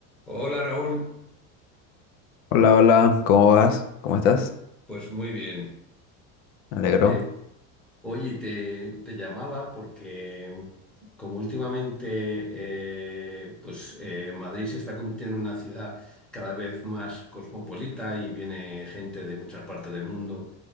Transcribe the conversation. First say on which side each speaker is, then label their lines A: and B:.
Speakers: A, in the centre; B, on the left (about 70°).
A: Hola Raúl,
B: Hola, hola, ¿cómo vas? ¿Cómo estás?
A: pues muy bien.
B: Me alegro.
A: Eh, oye, te, te llamaba porque como últimamente eh, pues, eh, Madrid se está convirtiendo en una ciudad cada vez más cosmopolita y viene gente de muchas partes del mundo,